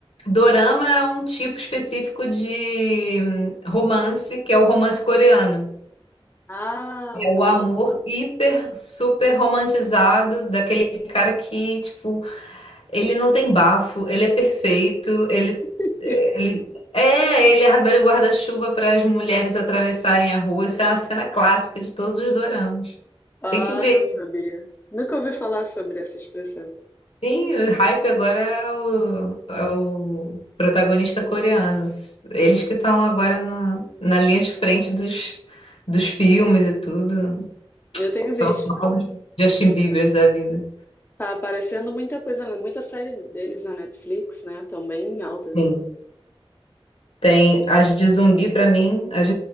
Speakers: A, on the left; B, on the left.
A: Dorama é um tipo específico de hum, romance, que é o romance coreano.
B: Ah,
A: É
B: ok.
A: o amor hiper, super romantizado daquele cara que, tipo, Ele não tem bafo, ele é perfeito, ele,
B: <laughs>
A: ele é, ele abre o guarda-chuva para as mulheres atravessarem a rua. Isso é uma cena clássica de todos os doramas.
B: Ah,
A: Tem que ver.
B: não sabia. Nunca ouvi falar sobre essa expressão.
A: Sim, o hype agora é o, é o protagonista coreano. Eles que estão agora na, na linha de frente dos, dos filmes e tudo.
B: Eu tenho
A: São
B: visto.
A: os novos Justin Biebers da vida.
B: Tá aparecendo muita coisa, muita série deles na Netflix, né? Também em alta.
A: Sim. Tem as de zumbi pra mim, as,